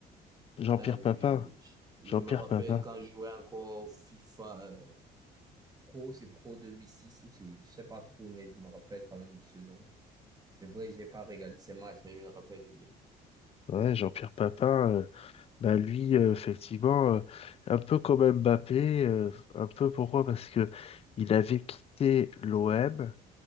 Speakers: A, on the left (about 35°); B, on the right (about 25°).
A: Jean-Pierre
B: Ah oui,
A: Papin.
B: oui, oui. Je,
A: Jean-Pierre
B: je me rappelle
A: Papin.
B: quand je jouais encore au FIFA. euh, Pro, c'est Pro 2006 ou c'est, je sais pas trop, mais je me rappelle quand même de ce nom. C'est vrai, j'ai pas regardé ces matchs, mais je me rappelle de lui.
A: Ouais, Jean-Pierre Papin. euh, Bah lui, euh, effectivement, euh, un peu comme Mbappé, euh, un peu pourquoi? Parce que il avait quitté l'OM